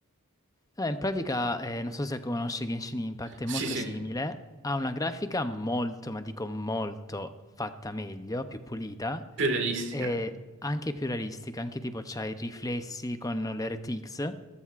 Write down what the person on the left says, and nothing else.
Eh, in pratica, eh, non so se conosci Genshin Impact, è
molto
simile, ha una grafica molto, ma dico molto, fatta meglio, più pulita
e anche più realistica, anche tipo c'ha i riflessi con le RTX